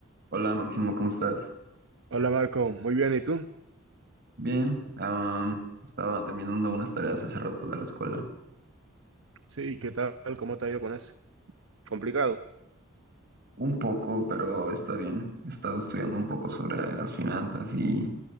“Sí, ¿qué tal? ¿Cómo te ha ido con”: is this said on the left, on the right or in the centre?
Right